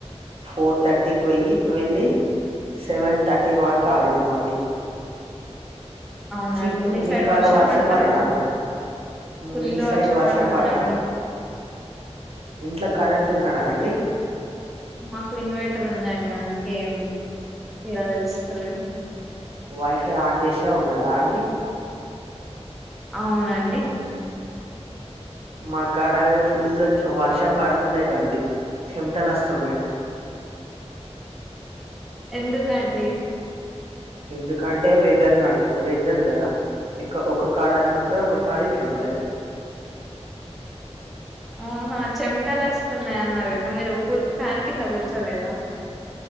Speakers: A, on the right (about 55°); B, in the centre.
A: ఫోర్ట్ థర్టీకి వెయ్యి వెళ్ళి సెవెన్ థర్టీన్ వరకు ఆడినాం అండి
B: అవునా
A: ఛీ
B: అండి
A: మీ
B: సైడ్
A: కాడ వర్షం
B: పడతలేదా
A: పడ్తండా
B: ఫుల్
A: మీ సైడ్ వర్షం
B: పడుతుందండి
A: పడతాను ఇంట్లో ప్రస్తుత కారెంట్ ఉన్నాధ అండి
B: మాకు ఇన్వర్టర్ ఉందండి అందుకేం ఎలా తెలుస్తుంది
A: వైఫై ఆన్ చేసే ఉన్నారా అండి
B: అవునండి
A: మాకుడాగా ఫుల్ వర్షం పడతలేదండి చెమటలుస్తున్నాయి
B: ఎందుక అండి
A: ఎందుకంటే వెదర్ నాడు వెదర్ కదా ఇక్క ఒక కార్డు అట్లుంటది ఒక కార్డు ఇట్లుంటది
B: ఆహా చెమటలు వస్తున్నాయి అన్నారు కదా మీరు ఒ ఫ్యాన్ కింద కూర్చలేదా